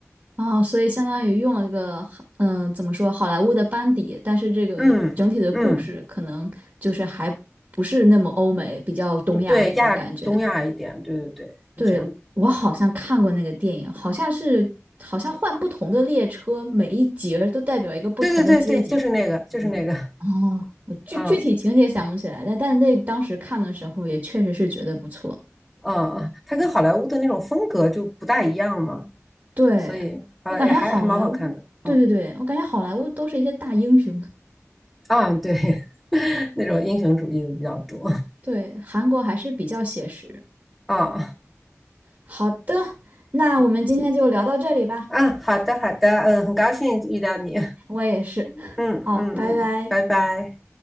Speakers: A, on the right (about 45°); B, in the centre.
A: 哦，所以相当于用了一个，嗯、呃怎么说，好莱坞的班底，但是这个整体的故事可能就是还不是那么欧美，
B: 嗯嗯，
A: 比较东亚那种感觉。
B: 对，亚东亚一点，对对对，
A: 对，
B: 就这样。
A: 我好像看过那个电影，好像是好像换不同的列车，每一节儿都代表一个不同的阶级。
B: 对对对对，就是那个，就是那个，
A: 哦，我具具体情节想不起来，
B: 嗯
A: 但但那当时看的时候也确实是觉得不错。
B: 嗯，他跟好莱坞的那种风格就不大一样嘛，
A: 对，
B: 所以啊，
A: 我感觉好莱坞，
B: 呃也还还蛮好看的。
A: 对对对，
B: 嗯。
A: 我感觉好莱坞都是一些大英雄。
B: <laughs> 啊，对，<laughs> 那种英雄主义的比较多
A: 对，韩国还是比较写实。
B: 啊。
A: 好的，那我们今天就聊到这里吧。
B: 啊，好的，好的，嗯，很高兴遇到你，嗯
A: 我也是。
B: 嗯嗯，
A: 好，拜拜。
B: 拜拜。